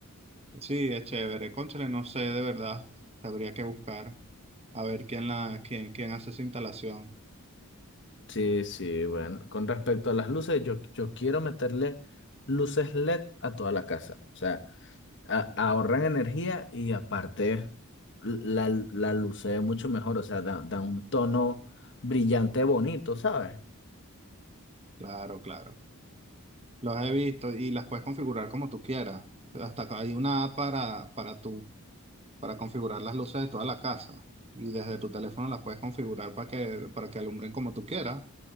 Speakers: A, on the right; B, on the left.
A: Sí, es chévere. Cónchale, no sé de verdad. Habría que buscar a ver quién la, quién, quién hace esa instalación.
B: Sí, sí, bueno. Con respecto a las luces, yo, yo quiero meterle luces LED a toda la casa. O sea, a- ahorran energía y aparte la, la luce mucho mejor. O sea, da, da un tono brillante bonito, ¿sabes?
A: Claro, claro. Los he visto y las puedes configurar como tú quieras. Hasta acá hay una app para, para tú, para configurar las luces de toda la casa. Y desde tu teléfono las puedes configurar para que, para que alumbren como tú quieras.